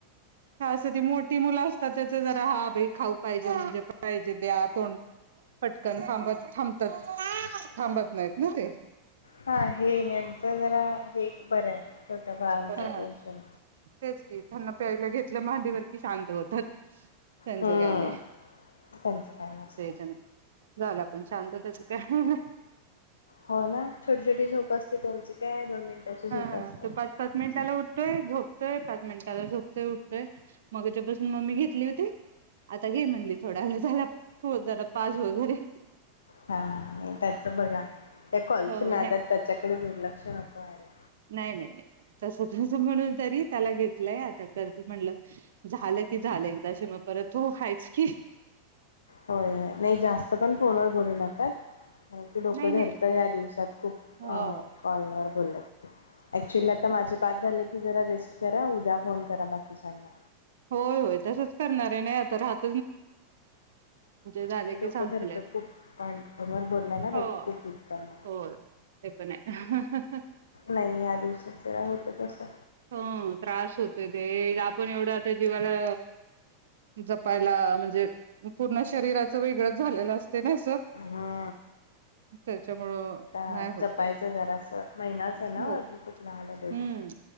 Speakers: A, on the right (about 60°); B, on the left (about 70°).
A: हा असं ती मोठी मुलं असतातच आता जरा हा बाई खाऊ पाहिजे म्हणजे पाहिजे द्या तोंड पटकन थांबत थांबतत
B: <inaudible>
A: थांबत नाहीत ना ते.
B: हा हे <unintelligible> त जरा हे बरं हाय छोट्या बाळाचं
A: हा
B: टेन्शन
A: तेच की त्यांना प्यायला घेतलं मांडीवर की शांत होतात. त्यांचं
B: हां
A: काय नाही
B: त्यांच काय नसत.
A: असयचं नाही झाला पण शांत त्याच काय नाय.
B: हो ना छोटी छोटी झोप असते त्यांची काय दोन मिनिटांची झोप
A: हा
B: असते
A: तो पाच पाच मिनिटाला उठतोय झोपतोय पा मिनटाला झोपतोय उठतोय मगाच्यापासून मम्मी घेतली होती आता घे म्हणली थोडा वेळ झाला <unintelligible> पाझ वगैरे
B: हा त्याच बघा त्या कॉलच्या
A: हो
B: नादात
A: नाही
B: त्याच्याकडे दुरल चा उकळायला
A: नाही नाही नाही तसं कस म्हणू तरी त्याला घेतलंय आता करते म्हणलं झालं की झालं एकदाशी म परत तो हायच की.
B: होय होय नाही जास्त पण फोनवर बोलू नका कारण की डोक
A: नाही
B: धरत
A: नाही
B: या दिवसात खूप
A: हो
B: अं कॉल <inaudible> ऍक्चुअली
A: तेच
B: आता माझे पाच झाले की जरा रेस्ट करा उद्या फोन करा बाकीच्याांना.
A: होय, होय तसच करणार आहे नाही आता राहत झाले
B: नाही
A: की
B: डोक
A: संपले
B: धरत खूप बोलला ना
A: हो
B: डोक खूप दुखत मग
A: होय ते पण आहे
B: नाही या दिवसात जरा होत तसं.
A: हं त्रास होतोय ते आपण एवढं आता जीवाला जप पायला म्हणजे पूर्ण शरीराचं वेगळंच झालेलं असतंय ना असं
B: हा
A: त्याच्यामुळं
B: आता
A: नाही होत
B: जपायचं
A: हाय.
B: जरासं महिनाच आहे ना
A: हो,
B: अजून खूप लहान आहे बेबी
A: हम्म.